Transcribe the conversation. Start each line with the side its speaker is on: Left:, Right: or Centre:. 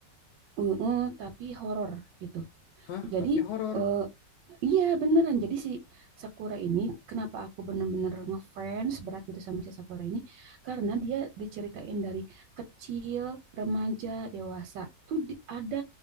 Right: eh, eh, tapi horor gitu.
Left: hah
Right: Jadi
Left: tapi horor
Right: eh, iya beneran. Jadi si Sakura ini kenapa aku bener-bener ngefans berat gitu sama si Sakura ini karena dia diceritain dari kecil, remaja, dewasa. Tuh di- ada